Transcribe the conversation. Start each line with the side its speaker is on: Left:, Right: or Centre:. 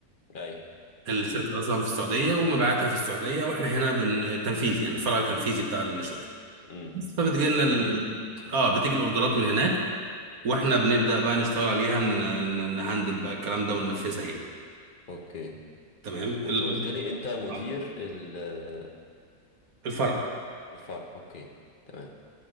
Left: ايوه
Right: الشركه
Left: اوكي
Right: اصلا في السعوديه ومبيعاتها في السعوديه واحنا هنا بن تنفيذ يعني الفرع التنفيذي بتاع الشركه
Left: امم
Right: بس فبتجي لنا
Left: بيجل
Right: ال... ال- اه بتيجي الاوردرات من هناك واحنا بنبدا بقى نشتغل عليها ن... ن- نهندل بقى الكلام ده وننفذها هنا
Left: اوكي
Right: تمام اللي
Left: وانت قلت
Right: هو
Left: لي انت مدير
Right: آه،
Left: ال-
Right: الفرع
Left: الفرع اوكي تمام